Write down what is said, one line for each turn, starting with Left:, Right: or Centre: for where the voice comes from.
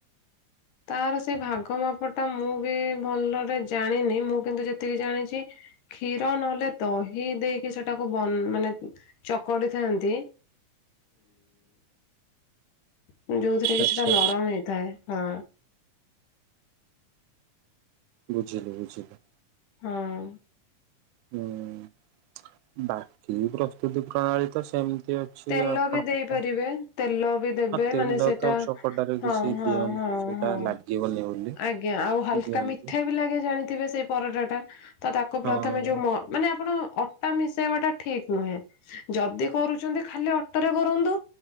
Left: <inaudible> ତାର ସେ ଭାଗ ମାପ ଟା ମୁଁ ବି ଭଲରେ ଜାଣିନି। ମୁଁ କିନ୍ତୁ ଯେତିକି ଜାଣିଛି। କ୍ଷୀର ନହଲେ ଦହି ଦେଇକି ସେଟାକୁ ବନ୍ ମାନେ ଚକଡି ଥାନ୍ତି। ଉଁ ଯୋଉ ଟେ
Right: ଆଚ୍ଛା
Left: ସେଟା ନରମ ହେଇଥାଏ। ହଁ।
Right: ବୁଝିଲି ବୁଝିଲୁ।
Left: ହଁ।
Right: ହୁଁ ବାକି ପ୍ରସ୍ତୁତି ପ୍ରଣାଳୀ ତ ସେମ ଅଛି
Left: ତେଲ
Right: ଆପଣ
Left: ବି ଦେଇପାରିବେ ତେଲ ବି ଦେବେ
Right: ତେଲ
Left: ମାନେ ସେଟା
Right: ତ ଚକଟାରେ
Left: ହଁ
Right: କିଛି
Left: ହଁ
Right: ଦିଅ
Left: ହଁ
Right: ସେଇଟା
Left: ହଁ
Right: ଲାଗିବନି। ବୋଲି।
Left: ଆଜ୍ଞା ଆଉ ହାଲ୍କା
Right: ଦିଅନ୍ତି
Left: ମିଠା ବି ଲାଗେ ଜାଣିଥିବେ ସେଇ ପରଟା ଟା। ତ ତାକୁ ପ୍ରଥମେ
Right: ହଁ
Left: ଯୋଉ ମ ମାନେ ଆପଣ ଅଟା ମିଶେଇବା ଟା ଠିକ୍ ନୁହେଁ। ଯଦି କରୁଛନ୍ତି ଖାଲି ଅଟାରେ କରନ୍ତୁ।